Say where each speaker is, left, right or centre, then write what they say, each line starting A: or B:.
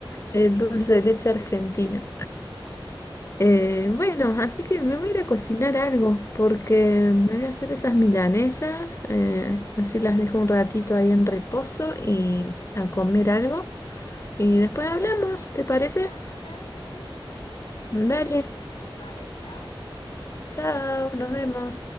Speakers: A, on the left (about 30°); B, on the left (about 80°).
A: el dulce de leche argentino? Eh, bueno, así que me voy a ir a cocinar algo, porque me voy a hacer esas milanesas, eh, así las dejo un ratito ahí en reposo y a comer algo. Y después hablamos, ¿te parece?
B: Ah, claro que sí. Entonces, que
A: Dale,
B: te rinda. Vale, chao.
A: chao, nos vemos.